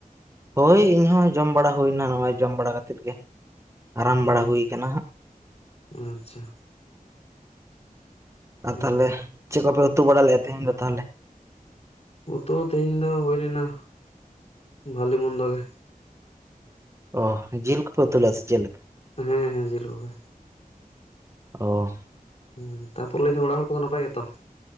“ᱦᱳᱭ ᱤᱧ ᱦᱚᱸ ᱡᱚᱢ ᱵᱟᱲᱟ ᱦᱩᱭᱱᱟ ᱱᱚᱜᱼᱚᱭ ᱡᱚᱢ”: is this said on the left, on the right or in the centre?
Right